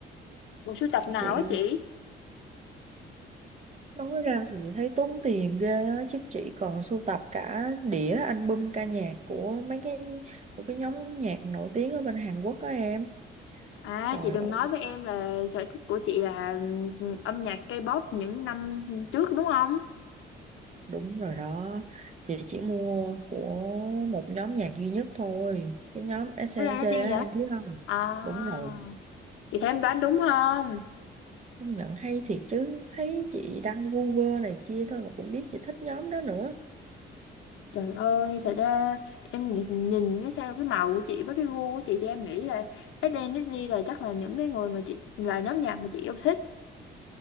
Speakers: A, on the left (about 85°); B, on the right (about 35°).
A: Bộ sưu tập nào
B: chị
A: á chị?
B: nói ra thì thấy tốn tiền ghê á chứ chị còn sưu tập cả đĩa album ca nhạc của mấy cái của cái nhóm nhạc nổi tiếng ở bên Hàn Quốc đó em
A: À
B: trời
A: chị đừng
B: ơi
A: nói với em là sở thích của chị là ừm, âm nhạc K-pop những năm trước đúng không?
B: Đúng rồi đó, chị chỉ mua của một nhóm nhạc duy nhất thôi, cái nhóm SNSD
A: Thế là nó đi
B: á,
A: hả?
B: em biết không?
A: À
B: Đúng rồi,
A: chị thấy em đoán đúng không?
B: công nhận hay thiệt chứ, thấy chị đăng vu vơ này kia thôi mà cũng biết chị thích nhóm đó nữa.
A: Trời ơi thật ra em nhìn, nhìn cái theo cái màu của chị với cái gu của chị thì em nghĩ là SNSD là chắc là những cái người mà chị là nhóm nhạc mà chị yêu thích